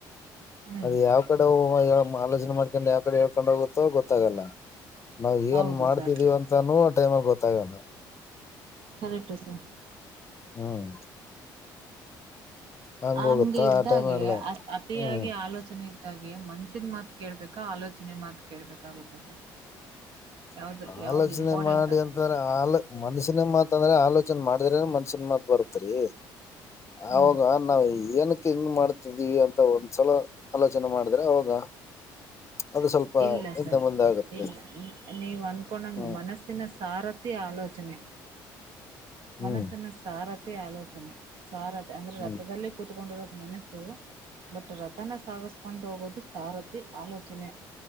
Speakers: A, on the right; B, on the left.
A: ಹ್ಮ್
B: ಅದ ಯಾವ್ ಕಡೆ ಹೋಗೋ ಆಲೋಚನೆ ಮಾಡ್ಕೊಂಡು ಯಾವ್ ಕಡೆ ಎಳ್ಕೊಂಡ್ ಹೋಗುತ್ತೋ ಗೊತ್ತಾಗಲ್ಲ. ನಾವು ಏನ್
A: ಹೌದು
B: ಮಾಡ್ತಿದೀವ್
A: ಸರ್
B: ಅಂತಾನೂ ಟೈಮಾಗ್ ಗೊತ್ತಾಗಲ್ಲ.
A: Correct sir.
B: ಹ್ಮ್. ಹಂಗ
A: ಹಂಗೆ
B: ಹೋಗುತ್ತಾ
A: ಇದ್ದಾಗೆ
B: ಆ ಟೈಮಲ್ಲೇ
A: ಅ ಅತಿಯಾಗಿ
B: ಹ್ಮ್
A: ಆಲೋಚನೆ ಇದ್ದಾಗಿ ಮನ್ಸಿನ ಮಾತ್ ಕೇಳ್ಬೇಕಾ ಆಲೋಚನೆ ಮಾತ್ ಕೇಳ್ಬೇಕಾಗುತ್ತೆ ಸರ್. ಯಾವ್ದ
B: ಆಲೋಚನೆ
A: ಯಾವ್ದು ಇಂಪಾರ್ಟೆಂಟ್
B: ಮಾಡಿ
A: ಅಂತೀರಾ
B: ಅಂತಾರೆ ಆಲ ಮನ್ಸಿನ ಮಾತ್ ಅಂದ್ರೆ ಆಲೋಚನೆ ಮಾಡಿದ್ರೇನ ಮನ್ಸಿನ ಮಾತ್ ಬರ್ತ್ರಿ.
A: ಹ್ಮ್
B: ಆವಾಗ ನಾವು ಏನಕ್ ಹಿಂಗ್ ಮಾಡ್ತಿದ್ದೀವಿ ಅಂತ ಒಂದ್ಸಲ ಆಲೋಚನೆ ಮಾಡ್ ದ್ರೆ ಅವಾಗ ಅದು ಸ್ವಲ್ಪ
A: ಇಲ್ಲ
B: ಹಿಂದೆ
A: ಸರ್
B: ಮುಂದ ಆಗುತ್ತೆ.
A: ಇಲ್ಲ ನೀವು ಅನ್ಕೊಂಡಂಗೆ
B: ಹ್ಮ್
A: ಮನಸ್ಸಿನ ಸಾರಥಿ ಆಲೋಚನೆ.
B: ಹ್ಮ್
A: ಮನಸ್ಸಿನ ಸಾರಥಿ ಆಲೋಚನೆ ಸಾರಥಿ ಅಂದ್ರೆ
B: ಹ್ಮ್
A: ರಥದಲ್ಲಿ ಕೂತ್ಕೊಂಡಿರೋದು ಮನಸ್ಸು ಬಟ್ ರಥನ ಸಾಗಸ್ಕೊಂಡ್ ಹೋಗೋದು ಸಾರಥಿ ಆಲೋಚನೆ